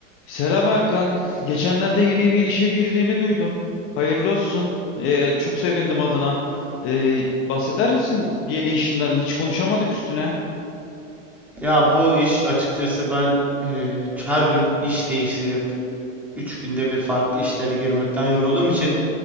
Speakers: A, on the left; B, in the centre.
A: Selam Erkan. Geçenlerde yeni bir işe girdiğini duydum. Hayırlı olsun. Ee, çok sevindim adına. Ee, bahseder misin yeni işinden? Hiç konuşamadık üstüne.
B: Ya bu iş açıkçası ben eee, her gün iş değiştirip 3 günde bir farklı işlere girmekten yorulduğum için